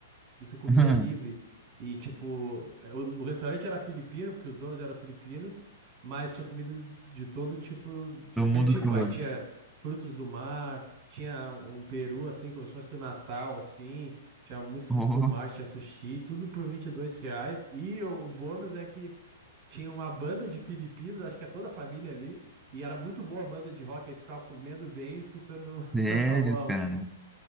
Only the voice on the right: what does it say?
e tu comia
livre. E, tipo, eh, o, o restaurante era filipino, porque os donos eram filipinos, mas tinha comida de de todo tipo, de
que
é tipo.
Aí tinha frutos do mar, tinha um peru, assim, como se fosse do Natal, assim, tinha muito frutos
do mar, tinha sushi, tudo por 22 reais. E o, o bônus é que tinha uma banda de filipinos, acho que é toda a família ali, e era muito boa a banda de rock, aí tu ficava comendo bem e escutando
<laughs> a boa